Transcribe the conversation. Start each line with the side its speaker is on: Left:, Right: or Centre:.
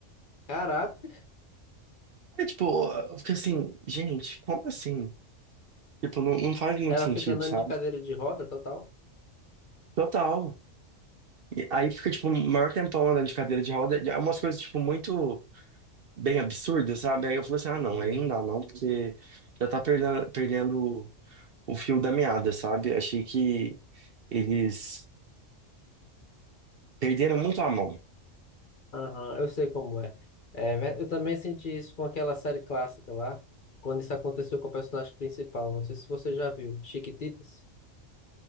Left: Caraca.
Right: É tipo, eu fiquei assim, gente, como assim? Tipo, não, não faz muito
Left: Ela
Right: sentido,
Left: fica andando
Right: sabe?
Left: de cadeira de roda, total.
Right: Total. E aí fica, tipo, um maior tempão andando de cadeira de roda. É umas coisas, tipo, muito bem absurdas, sabe? Aí eu falei assim, ah,
Left: Uhum.
Right: não, aí não dá não, porque já tá perdendo, perdendo o fio da meada, sabe? Achei que eles perderam muito a mão.
Left: Aham, eu sei como é. É, ve- eu também senti isso com aquela série clássica lá, quando isso aconteceu com o personagem principal. Não sei se você já viu. Chiquititas?